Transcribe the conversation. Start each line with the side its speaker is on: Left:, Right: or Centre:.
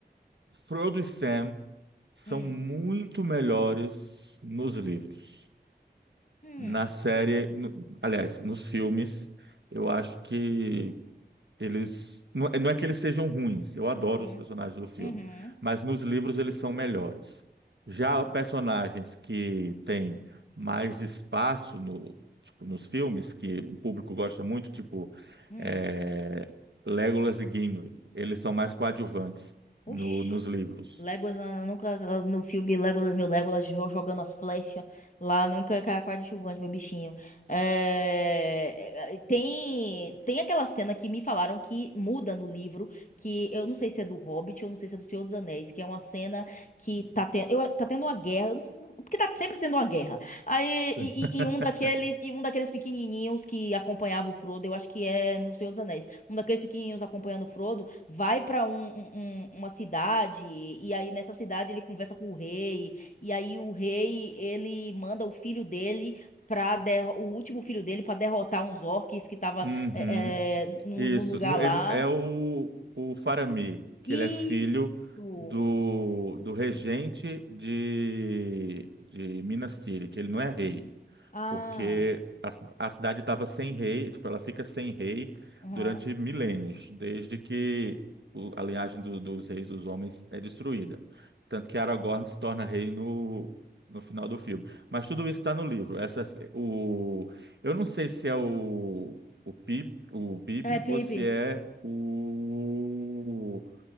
Right: Frodo e Sam são
Left: Hum.
Right: muito melhores nos livros.
Left: Hum.
Right: Na série. no- aliás, nos filmes. Eu acho que Eles não, é, não é que eles sejam ruins, eu adoro
Left: Uhum.
Right: os personagens do filme,
Left: Uhum.
Right: mas nos livros eles são melhores. Já
Left: Hum.
Right: personagens que têm mais espaço no, tipo, nos filmes, que o público gosta muito, tipo
Left: Hum.
Right: é, Legolas e Gimli, eles são mais coadjuvantes
Left: Oxi.
Right: no- nos livros.
Left: Legolas, ah, nunca ah, no filme Legolas, meu Legolas, jo- jogando as flechas lá, nunca cara quase chuvante, meu bichinho. É, Tem, tem aquela cena que me falaram que muda no livro, que eu não sei se é do Hobbit, eu não sei se é do Senhor dos Anéis, que é uma cena que tá, ten... eu, tá tendo uma guerra, eu não- não- porque tá sempre tendo uma guerra. Aí,
Right: <laughs>
Left: e, e- e um daqueles, e um daqueles pequenininhos que acompanhava o Frodo, eu acho que é no Senhor dos Anéis, um daqueles pequenininhos acompanhando o Frodo vai para uma cidade e aí nessa cidade ele conversa com o rei e aí o rei ele manda o filho dele para o último filho dele para derrotar uns orques que tava
Right: Uhum.
Left: é, é, num,
Right: Isso.
Left: num lugar
Right: No-
Left: lá.
Right: ele- é o, o Faramir, que
Left: Isso.
Right: ele é filho do, do regente de, de Minas Tirith. Ele não
Left: Sim.
Right: é rei
Left: Ah.
Right: porque a, a cidade estava sem rei, tipo, ela fica sem rei
Left: Uhum.
Right: durante milênios, desde que o- a linhagem do- dos reis dos homens é destruída. Tanto que Aragorn se torna rei no, no final do filme. Mas tudo isso está no livro. Essas, o, eu não sei se é o, o, Pip, o Pippin
Left: É, Pipe.
Right: ou se é o,